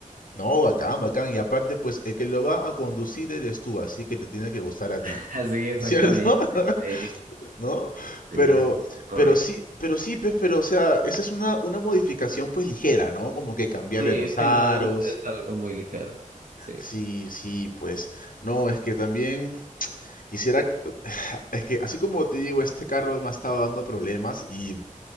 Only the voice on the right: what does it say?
<laughs>
Sí, exactamente.
Sí,
sí,
es correcto.
Sí,
sí,
no, es es algo muy ligero. Sí,